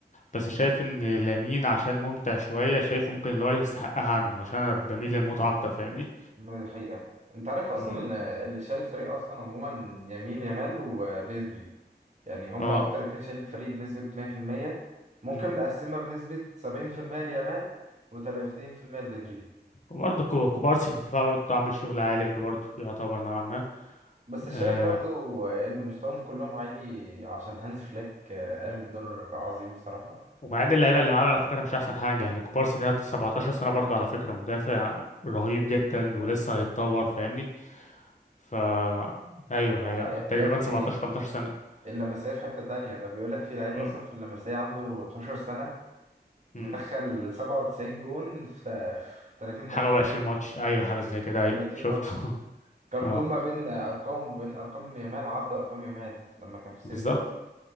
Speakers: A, on the left (about 45°); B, on the right (about 40°).
A: بس شايف إن لامين عشان ممتع شوية شايفه ممكن اللي هو يستحقها عنه عشان أنا بميل للمتعة أكتر فاهمني؟
B: ما دي حقيقة انت عارف اصلا
A: مم.
B: آه، اللي شال الفريق اصلا عموما يمين يامال وبدري يعني هما
A: اه
B: اكتر اتنين شايلين الفريق بنسبة 100% ممكن
A: مم.
B: نقسمها بنسبة 70% ليامال و30% لبدري
A: وبرضه كو- كوبارسي في الدفاع برضه عامل شغل عالي برضه يعتبر نوعا ما
B: بس
A: آه.
B: شايف برضو آه، ان مستواهم كلهم عالي عشان هانز فليك آه، قام بدور عظيم بصراحة
A: ومعاد اللعيبه اللي معاه على فكره مش احسن حاجه يعني كوبارسي ده 17 سنه برضه على فكره مدافع رهيب جدا ولسه هيتطور فاهمني ف ايوه
B: آه،
A: هيبقى
B: يا
A: تقريبا
B: ابني
A: 17 18 سنه
B: اللمسية في حتة تانية ده بيقولك في لعيب
A: امم
B: اصلا في اللمسية عنده 12 سنة
A: امم
B: مدخل 97 جون في في 30
A: حاجه
B: ماتش
A: و20 ماتش ايوه حاجه زي كده ايوه
B: 30
A: شفته
B: ماتش
A: <laughs>
B: قارنوه
A: اه
B: ما بين ارقام وبين ارقام يامال عدى ارقام يامال لما كان في سنه
A: بالظبط